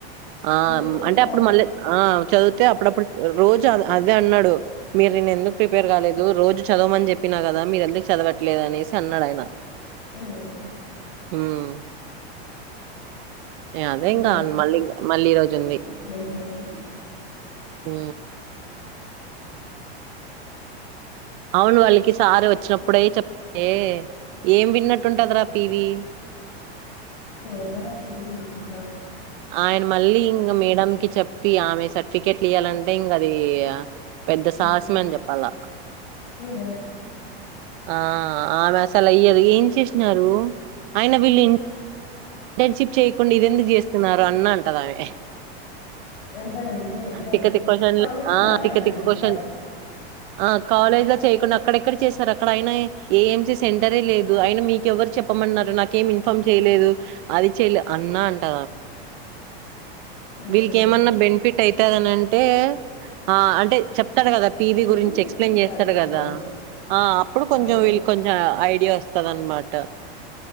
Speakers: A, on the right; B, on the left.
A: ఆ
B: అందరికి తెలుస్తది.
A: అంటే అప్పుడు మళ్ళీ ఆ చదివితే అప్పుడప్పుడు రోజు ఆ అదే అన్నాడు మీరు నిన్న ఎందుకు ప్రిపేర్ కాలేదు రోజు చదవమని చెప్పినా కదా మీరు ఎందుకు చదవ అవట్లేదు అనేసి అన్నాడు ఆయన
B: హ్మ్
A: హ్మ్ ఎ అదే
B: చేయాలి.
A: ఇంకా మళ్ళీ ఇక మళ్ళీ ఈ రోజు ఉంది
B: చాక్లెట్ డ్రాగన్
A: హ్మ్ అవును వాళ్ళకి సార్ వచ్చినప్పుడే చాప్ ఏ ఏం విన్నట్టుంటది రా పివీ
B: ఏమో రా తెలీదు నాక్కుడ
A: ఆయన మళ్ళీ ఇంక మేడంకి చెప్పి ఆమె సర్టిఫికెట్లు ఇయ్యాలంటే ఇంక అది పెద్ద
B: ఉమ్,
A: సాహసం అని చెప్పాలా
B: <unintelligible>
A: ఆ ఆమె అసలు ఈయ్యదు ఏం చేసినారు ఆయన వీళ్ళు ఇన్ ఇంటర్నెషిప్ చేయకుండా ఇదీ ఎందుకు చేస్తున్నారు అన్న అంటద ఆమె
B: అంటారు నిజమే అంటారు
A: తిక్క తిక్క కొశన్లు
B: కాలేజ్
A: ఆ
B: కి రాలే
A: తిక్క
B: కదా అంటారు
A: తిక్క కొశన్
B: ఈసారి
A: ఆ కాలేజ్ లో చేయకుండా అక్కడెక్కడ చేస్తారు అక్కడ అయినా ఏం చేస్ సెంటరే లేదు అయిన మీక ఎవరు చెప్పమన్నారు నాకేమి ఇన్ఫార్మ్ చేయలేదు అది చెల్లి అన్న అంటద
B: ఉమ్,
A: వీళ్ళకి ఏమన్నా బెనిఫిట్ అయితది అని అంటే ఆ అంటే చెప్ స్తాడు కదా పీబి
B: మేబీ
A: గురించి
B: తెలుసుకుంటారు
A: ఎక్స్ప్లెయిన్ చేస్తాడు కదా
B: ఆ,
A: ఆ అప్పుడు కొంచెం
B: ఆ,
A: వీళ్ళకి కొంచెం ఐడియా వస్తంది అన్నమాట